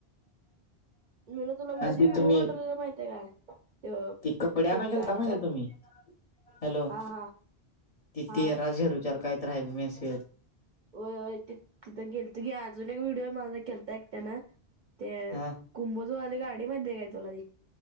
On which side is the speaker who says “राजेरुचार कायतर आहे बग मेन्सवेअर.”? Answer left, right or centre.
Left